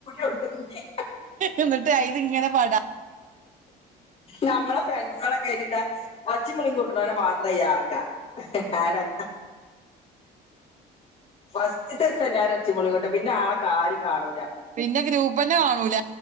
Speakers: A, on the left; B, on the right.
A: ഒള്ളു ഇഞ്ഞ്
B: എന്നിട്ട് അതിങ്ങനെ പാടാം
A: നമ്മളെ ഫ്രണ്ട്സോക്കെ കഴിഞ്ഞിട്ടാ ഒച്ചിമുളി കൂട്ടണവരെ മാത്രേ അയില് ആക്ക ആടാക്ക ഫസ്റ്റ് ദിവസം എല്ലാവരെ ഒച്ചയും ബഹളവും കേട്ട് പിന്നെ ആളൊര്യം കാണൂല
B: പിന്നെ ഗ്രൂപ്പ്ന്നെ കാണൂല